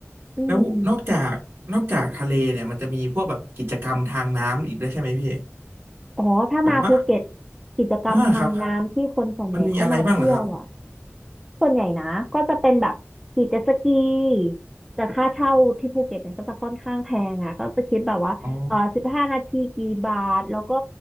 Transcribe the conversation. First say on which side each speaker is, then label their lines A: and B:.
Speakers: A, in the centre; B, on the right.
A: อืม
B: แล้วนอกจากนอกจากทะเลเนี่ยมันจะมีพวกแบบกิจกรรมทางน้ำอีกได้วยใช่ไหมพี่
A: อ๋อถ้ามาภูเก็ต
B: แบบว่า
A: กิจกรรมทางน้ำที่คนส่วนใหญ่เข้ามาเที่ยวอ่ะ
B: อ่าครับครับมันมีอะไรบ้างเหรอครับ
A: ส่วนใหญ่นะก็จะเป็นแบบขี่เจ็ตสกีแต่ค่าเช่าที่ภูเก็ตเนี่ยก็จะค่อนข้างแพงอ่ะก็จะคิดแบบว่าเออสิบห้านาทีกี่บาทแล้วก็
B: อ๋อ